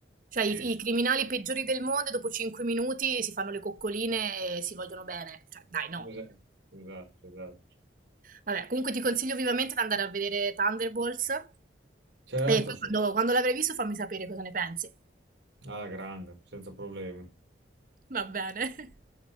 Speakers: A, on the right; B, on the right.
A: Cioè i,
B: Sì, sì,
A: i criminali peggiori del mondo dopo 5 minuti si fanno le coccoline e si vogliono bene. Cioè, dai, no.
B: esatto, esatto, esatto.
A: Vabbè, comunque ti consiglio vivamente di andare a vedere Thunderbolts
B: Certo,
A: e poi
B: su.
A: quando, quando l'avrai visto fammi sapere cosa ne pensi.
B: Alla grande, senza problemi.
A: Va bene. <laughs>